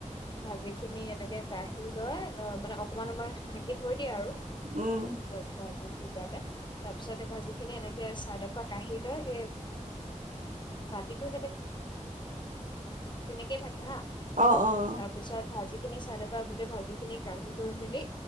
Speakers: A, on the left; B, on the right.
A: ভাজি খিনি এনেকে কাঢ়ি লৈ অ মানে অকমান অকমান ঢাকি থৈ। দিয়া আৰু।
B: উম,
A: চত ভাজি। ভিজালে তাৰ পিছত এই ভাজি খিনি এনেকে চাইডৰ পৰা কাঢ়ি লয় সেই বাতিটো স'তে-স তেনেকেই থাকে। হা
B: অ', অ',
A: তাৰপিছত ভাজি। চাইডৰ গোটেই ভাজি খিনি কাঢ়ি লৈ মেলি।